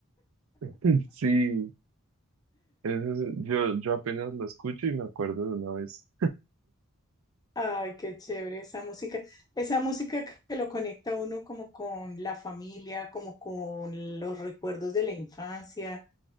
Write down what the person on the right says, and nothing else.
<laughs> Sí, eso es- yo, yo apenas lo escucho y me acuerdo de una vez.